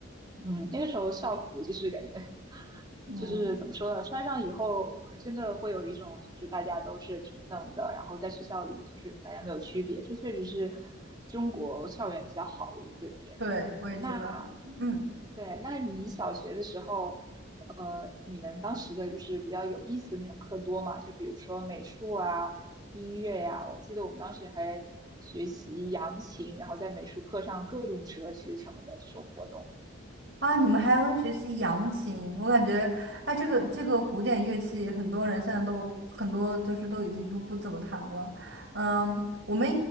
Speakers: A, on the right; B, on the right.
A: 嗯那个时候校服就是感觉
B: 嗯，
A: 就是怎么说呢，穿上以后真的会有一种就是大家都是平等的，然后在学校里就是大家没有区别，这确实是中国校园比较好的一个点。
B: 对，我也觉得，
A: 那
B: 嗯。
A: 对，那你小学的时候，呃，你们当时的就是比较有意思的那种课多嘛？就比如说美术啊、音乐呀、我记得我们当时还学习扬琴，然后在美术课上各种折纸什么的这种活动。
B: 啊，你们还会学习扬琴，我感觉，哎，这个这个古典乐器，
A: 嗯
B: 很多人现在都很多就是都已经都不怎么弹了。嗯，我们